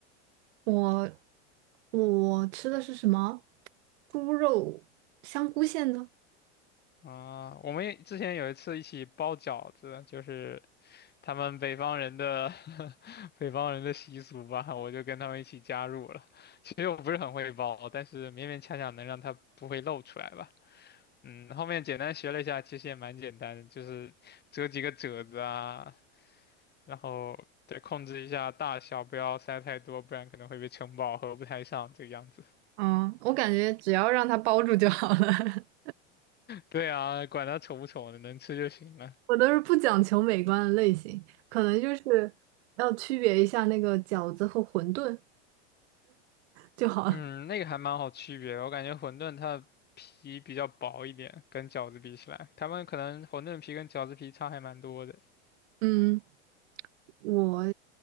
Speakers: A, on the right; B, on the left.
A: 我我吃的是什么？猪肉香菇馅的，
B: 啊。我们也之前有一次一起包饺子，就是他们北方人的 <laughs> 北方人的习俗吧，我就跟他们一起加入了。其实我不是很会包，但是勉勉强强能让它不会露出来吧。嗯，后面简单学了一下，其实也蛮简单的，就是折几个褶子啊，然后对控制一下大小，不要塞太多，不然可能会被撑爆，合不太上这个样子。
A: 嗯，我感觉只要让它包住就好了。<laughs>
B: 对啊，管它丑不丑的，能吃就行了。
A: 我都是不讲求美观的类型，可能就是要区别一下那个饺子和馄饨就好了。
B: 嗯，那个还蛮好区别的我感觉馄饨它的皮比较薄一点，跟饺子比起来，他们可能馄饨皮跟饺子皮差还蛮多的
A: <laughs> 嗯，我